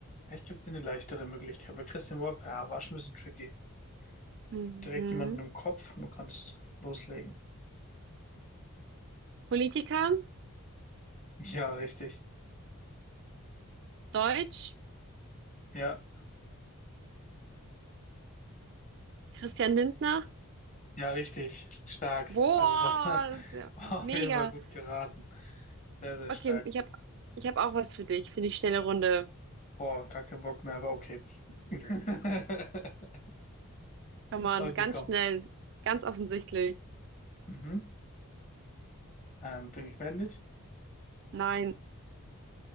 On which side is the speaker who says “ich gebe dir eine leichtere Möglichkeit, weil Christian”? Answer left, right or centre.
Left